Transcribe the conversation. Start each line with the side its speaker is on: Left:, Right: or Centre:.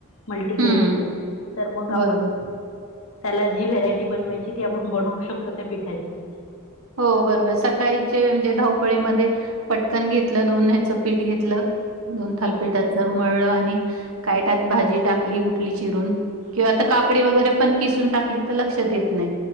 Left: मल्टी
Right: हम्म,
Left: गेस्टं चां मंग
Right: बरोबर.
Left: ज्यांलां ती व्हेरांयटी. बनवांयंची ती आपणं बणंवू शकतो त्यां पिठाची
Right: हो बरोबर सकाळीं चे म्हणजे धांवपळीमंध्ये पटकंन घेतलं दोन ह्यांचं पीठ घेतलं दोन थांलपीठाचं
Left: हो.
Right: मळलं आणि कांयंटाॅप भांजी टांकली उठली चिरून किंवा आतां काकडी वगैरे पणं किसूंन टांकली तरं लक्षांत येतं नाहीं.